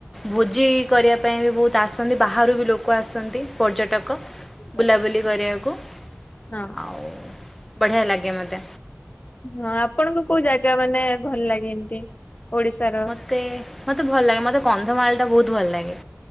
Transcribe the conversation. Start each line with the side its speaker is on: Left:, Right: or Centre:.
Centre: ଭୋଜି କରିବା ପାଇଁ ବି ବହୁତ ଆସନ୍ତି, ବାହାରୁ ବି ଲୋକ ଆସନ୍ତି ପର୍ଯ୍ୟଟକ କ,
Left: ହଁ ବହୁତ
Centre: ବୁଲାବୁଲି
Left: ଆସନ୍ତି
Centre: କରିବାକୁ
Left: ହଁ।
Centre: ଆଉ ବଢିଆ ଲାଗେ ମତେ।
Left: ହଁ ଆପଣଙ୍କୁ କୋଉ ଜାଗା ମାନେ ଭଲ ଲାଗେ ଏମତି ଓଡିଶାର?
Centre: ତେ-ଏ-ଏ ମତେ ଭଲ ଲାଗେ ମତେ କନ୍ଧମାଳଟା ବହୁତ ଭଲ ଲାଗେ।